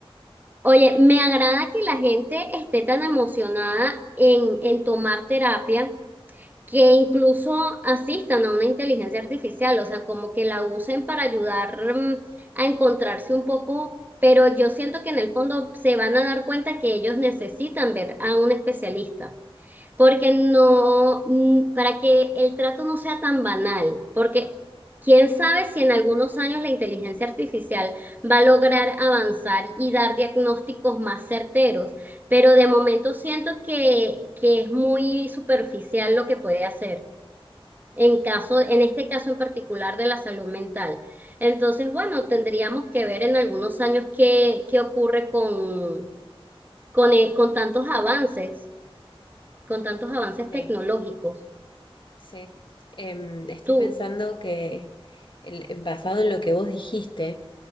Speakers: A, on the right (about 20°); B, on the left (about 55°).
A: Oye, me agrada que la gente esté tan emocionada en, en tomar terapia que incluso asistan a una inteligencia artificial, o sea, como que la usen para ayudar mm, a encontrarse un poco, pero yo siento que en el fondo se van a dar cuenta que ellos necesitan ver a un especialista porque no, mm, para que el trato no sea tan banal, porque quién sabe si en algunos años la inteligencia artificial va a lograr avanzar y dar diagnósticos más certeros, pero de momento siento que, que es muy superficial lo que puede hacer. En caso, en este caso en particular de la salud mental. Entonces, bueno, tendríamos que ver en algunos años qué, qué ocurre con, con, eh, con tantos avances, con tantos avances tecnológicos.
B: Sí, sí. Em, estoy
A: Tú,
B: pensando que el- basado en lo que vos dijiste,